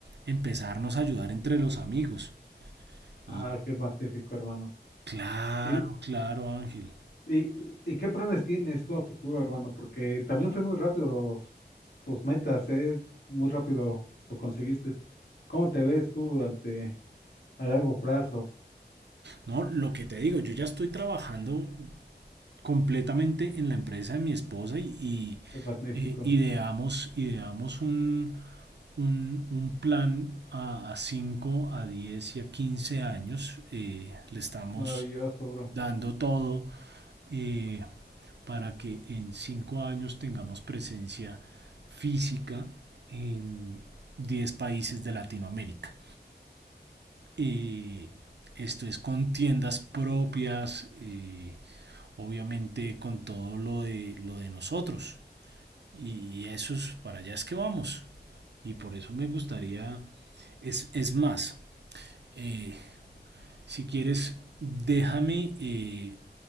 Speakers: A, on the right; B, on the left.
A: empezarnos a ayudar entre los amigos. Y
B: Ah, qué magnífico, hermano.
A: claro,
B: ¿Y,
A: claro, Ángel.
B: y, y qué planes tienes tú a futuro, hermano? Porque también fue muy rápido los, tus metas, ¿eh? Muy rápido lo conseguiste. ¿Cómo te ves tú durante a largo plazo?
A: No, lo que te digo, yo ya estoy trabajando completamente en la empresa de mi esposa y, y,
B: Qué magnífico.
A: eh, ideamos, ideamos un, un, un plan a, a 5, a 10 y a 15 años. eh, le estamos
B: Maravilloso, bro.
A: dando todo eh, para que en 5 años tengamos presencia física en 10 países de Latinoamérica eh, esto es con tiendas propias, eh, obviamente con todo lo de, lo de nosotros. Y eso es, para allá es que vamos. Y por eso me gustaría, es, es más, eh, si quieres, déjame, eh,